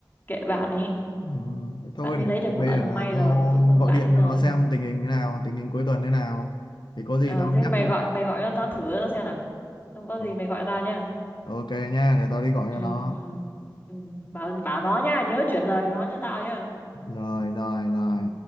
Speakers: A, on the left; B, on the left.
A: kệ bạn ấy
B: Ừ, thôi
A: bạn ấy
B: để
A: lấy được vợ
B: bây giờ
A: là may
B: tao
A: rồi chúc mừng
B: gọi
A: bạn
B: điện
A: ấy
B: cho
A: rồi
B: nó xem tình hình thế nào tình hình cuối tuần thế nào thì có gì
A: ờ
B: tao
A: thế
B: nhắc
A: mày gọi mày gọi nó, nó thử nó xem nào không có
B: Ừ,
A: gì mày gọi tao nhá
B: ok nha để tao đi gọi
A: ừ
B: cho nó
A: ừ ừ bảo bảo nó nhá nhớ chuyển lời nó cho tao nhá
B: rồi rồi rồi
A: ừ.